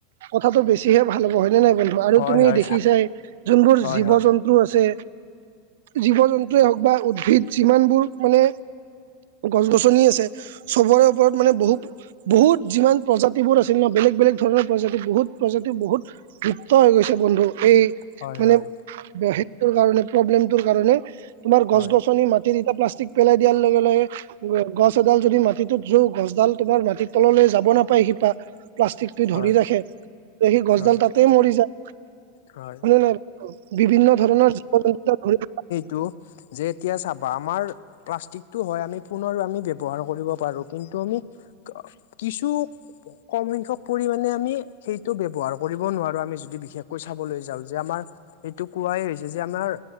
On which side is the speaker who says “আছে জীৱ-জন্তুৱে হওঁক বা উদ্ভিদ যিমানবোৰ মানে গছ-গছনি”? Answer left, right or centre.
Right